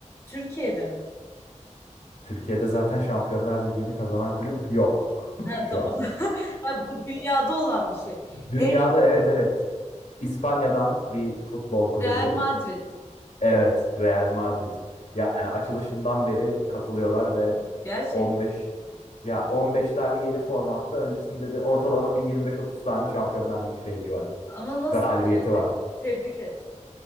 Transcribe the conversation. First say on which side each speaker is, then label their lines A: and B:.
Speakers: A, on the left; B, on the left.
A: Türkiye'de mi?
B: Türkiye'de zaten Şampiyonlar Ligi'ni kazanan kulüp yok <laughs>
A: Ha
B: şu
A: tamam.
B: an.
A: <laughs> Ha, bu dünyada olan bir şey.
B: Dünyada
A: En
B: evet evet. İspanya'dan bir futbol kulübü.
A: Real Madrid.
B: Evet, Real Madrid. Yani açılışından beri katılıyorlar ve
A: Gerçek.
B: 15 ya 15 tane yeni formatta öncesinde de ortalama bir 25-30 tane Şampiyonlar Ligi şeyi var.
A: Ama nasıl
B: Galibiyeti
A: diyelim?
B: var.
A: Tebrik et.